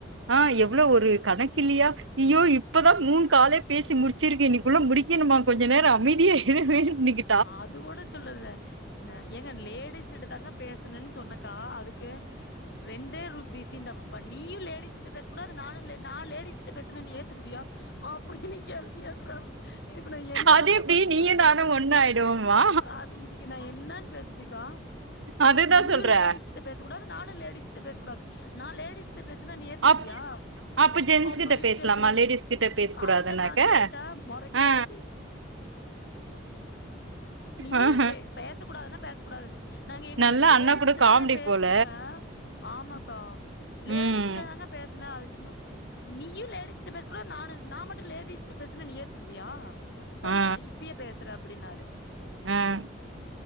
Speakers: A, on the right; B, on the left.
A: ஆ எவ்ளோ ஒரு கணக்கு இல்லையா யோ இப்பதா மூணு காலே பேசி முடிச் சிருக்கே இன்னைக்குள்ள முடிக்கணுமா கொஞ்ச நேரொ அமைதியா இருவே இன்னைக்
B: அது கூட சொல்லல ந ஏங்க லேடிஸ் கிட்ட தாங்க பேசுனேன் சொன்னக்கா அதுக்கு ரெண்டே ரூபீஸ் இந்தபா நீயு லேடிஸ்ட்ட பேசக்கூடாது நானு லே நா லேடிஸ்ட்ட பேசுனா ஏத்துக்குவியா அப்டின்னு கேள்வி கேக்குறாரு இதுக்கு நா என்னனுக்கா
A: அது எப்டி
B: பதில்
A: நீயு
B: சொல்ட்டு
A: நானு ஒண்ணு ஆயிடுவோமா
B: அது இதுக்கு நா என்னன்னு பேசட்டுக்கா அ
A: அதுதா
B: நீயு
A: சொல்றே
B: லேடிஸ் ட்ட பேசக்கூடாது நானு லேடிஸ்ட்ட பேச கூடாது நா லேடிஸ்ட்ட பேசுனா நீ ஏத்துக்குவியா
A: அப் அப்ப ஜென்ஸ்
B: அப்டின்னு
A: கிட்ட பேசலாமா
B: கேக்குறாங்க
A: லேடிஸ் கிட்ட பேச கூடாதுனாக்க
B: அதத்தா நா கேட்டே மொறைக்கிறா
A: ஆ
B: அப்டி நீயு
A: ஆஹ
B: பே பேச கூடாதுன்னா பேச கூடாதுன்னு நாங்க ஏங்க
A: நல்லா
B: நா லேடிஸ்ட்ட
A: அண்ணா கூட காமெடி
B: தான பேசணுங்க
A: போல
B: ஆமா க்கா லேடிஸ்ட்ட
A: ம்
B: தாங்க பேசுனே அதுக்குன்னு நீயு லேடிஸிட்ட பேச கூடா நானு நா மட்டு லேடிஸிட்ட பேசுனா நீ ஏத்துக்குவியா சொல்லு
A: ஆ
B: நா இப்பயே பேசுறே அப்டின்னாரு
A: ஆ